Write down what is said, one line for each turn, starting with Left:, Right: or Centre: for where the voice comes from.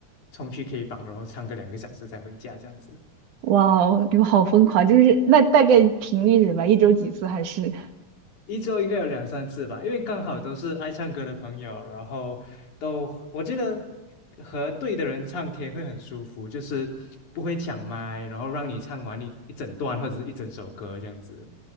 Left: 冲去 K 房，然后唱个两个小时才回家这样子。
Right: 哇哦，你们好疯狂！就是那大概频率是什么？一周几次还是？<laughs>
Left: 一周应该有两三次吧，因为刚好都是爱唱歌的朋友，然后都我觉得和对的人唱 K 会很舒服，就是不会抢麦，然后让你唱完一一整段或者是一整首歌这样子。